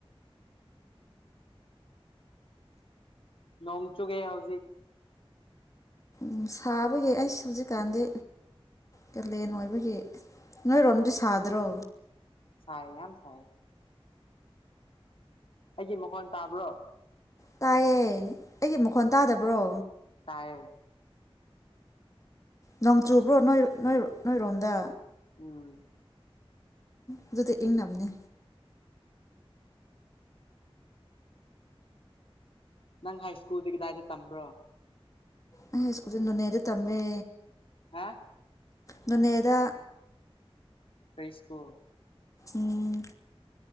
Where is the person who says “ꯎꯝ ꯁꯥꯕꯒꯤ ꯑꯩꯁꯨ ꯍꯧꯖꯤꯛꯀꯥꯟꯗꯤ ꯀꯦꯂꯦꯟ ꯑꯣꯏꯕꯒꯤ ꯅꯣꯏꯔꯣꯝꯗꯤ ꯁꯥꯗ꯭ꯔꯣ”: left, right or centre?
Left